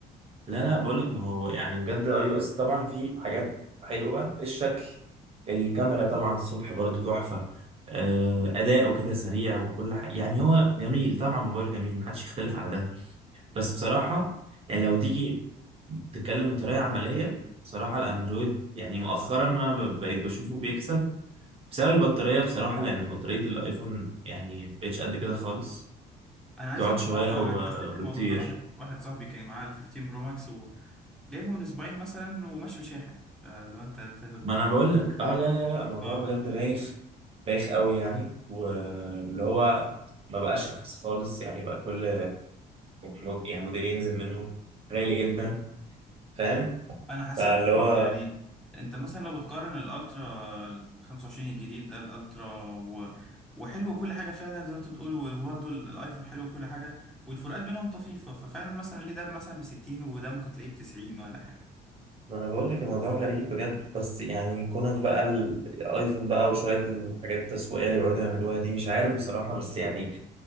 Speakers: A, on the right (about 35°); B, in the centre.
A: لا لا بقول لك ما هو يعني بجد الاي او اس طبعا فيه حاجات حلوه الشكل الكاميرا طبعا الصبح برضو تحفه آه، اداؤه كده سريع وكل حاجه يعني هو جميل طبعا موبايل جميل محدش يختلف على ده بس بصراحه يعني لو تيجي تتكلم بطريقه عمليه بصراحه الاندرويد يعني مؤخرا انا ب- بقيت بشوفه بيكسب بسبب البطاريه بصراحه لان بطاريه الايفون يعني مبقتش قد كده خالص
B: انا عايز
A: تقعد
B: اقول
A: شويه
B: لك اه انا
A: وبتطير
B: أنا حسيت الموضوع ده واحد واحد صاحبي كان معاه ال 15 برو ماكس وجايبه من اسبوعين مثلا وماشي بشاحن فلو انت انت
A: ما انا بقول لك اه لا لا لا الموضوع
B: اه
A: بجد بايخ بايخ قوي يعني واللي هو ما بقاش رخيص خالص يعني بقى كل مود يعني موديل ينزل منه غالي جدا فاهم
B: انا حسيت
A: فاللي
B: كده برضه
A: هو
B: يعني انت مثلا لو بتقارن الالترا ال 25 الجديد ده الالترا و... وحلو كل حاجه فعلا زي ما انت بتقول وبرضه ال- الايفون حلو كل حاجه والفروقات بينهم طفيفه ففعلا مثلا ليه ده مثلا ب 60 وده ممكن تلاقيه ب 90 ولا حاجه
A: ما انا بقول لك الموضوع غريب بجد بس يعني كونك بقى الايفون بقى وشويه الحاجات التسويقيه اللي بيقعدوا يعملوها دي مش عارف بصراحه بس يعني